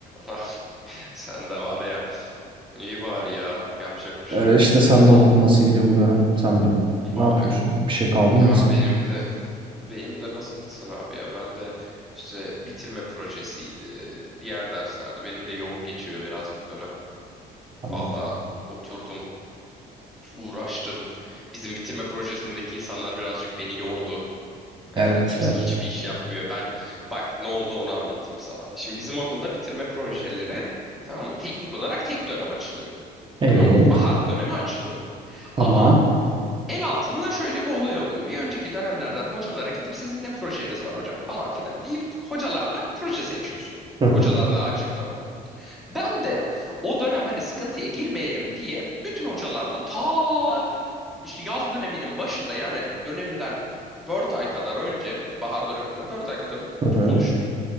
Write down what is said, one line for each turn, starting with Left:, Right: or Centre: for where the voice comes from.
Centre: <laughs> Sen de var ya. İyi bari ya. Yapacak bir şey
Right: Öyle
Centre: yok.
Right: işte senle
Centre: O-
Right: okul nasıl gidiyor bu dönem? Sen bir, ne
Centre: Abi.
Right: yapıyorsun? Bir şey kaldı
Centre: Ya
Right: mıydı sen?
Centre: benim de benim de nasıl gitsin abi ya ben de işte bitirme projesiydi diğer derslerde benim de yoğun geçiyor biraz bu dönem.
Right: Hani,
Centre: Valla oturdum uğraştım bizim bitirme projesindeki insanlar birazcık beni yordu.
Right: evet,
Centre: Yani kimse
Right: evet.
Centre: hiçbir iş yapmıyor. Ben bak ne oldu onu anlatayım sana. Şimdi bizim okulda bitirme projeleri tamam mı teknik olarak tek dönem açılıyor.
Right: Evet.
Centre: Tamam mı? Bahar dönemi açılıyor.
Right: Tamam.
Centre: Ama El altından şöyle bir olay oluyor. Bir önceki dönemlerden hocalara gidip sizin ne projeniz var hocam falan filan deyip hocalarla proje seçiyorsun.
Right: Hı hı
Centre: Hocalar daha açıklamadan. Ben de o dönem hani sıkıntıya girmeyelim diye bütün hocalarla ta işte yaz döneminin başında yani dönemden 4 ay kadar önce, bahar döneminden 4 ay kadar önce
Right: hı hı.
Centre: konuştum.